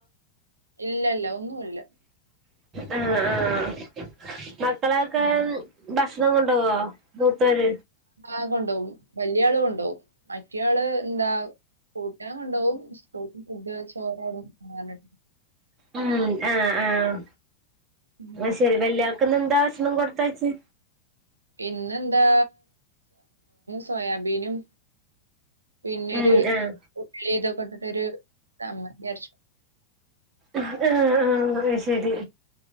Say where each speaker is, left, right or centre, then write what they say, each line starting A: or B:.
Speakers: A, on the right; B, on the right.
A: ഇല്ലല്ല ഒന്നുമില്ല
B: ആഹ് ആഹ് മക്കളൊക്കെ ഭക്ഷണം കൊണ്ടോവോ <unintelligible>
A: ആ കൊണ്ടുപോകും വല്യാള് കൊണ്ടുപോകും മറ്റയാള് എന്താ കൂട്ടാൻ കൊണ്ടോകും സ്കൂളിന്ന് ഫുഡ് ചോറവിടുന്ന്
B: ഉം ആഹ് ആഹ്
A: ഉം
B: അത് ശരി വല്യാ ക്കിന്നെന്താ ഭഷണം കൊടുത്തയച്ച്
A: ഇന്നെന്താ സോയാബീനും പിന്നൊരു
B: ഉം ആഹ്
A: ഉള്ളി ഇതൊക്കിട്ടിട്ടൊരു ചമ്മന്തി അരച്ചു
B: ആഹ ആഹ ശരി